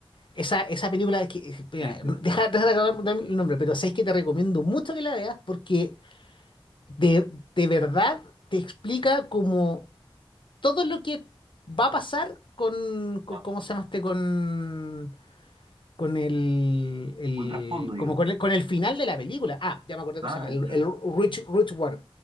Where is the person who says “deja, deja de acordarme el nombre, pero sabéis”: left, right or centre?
Left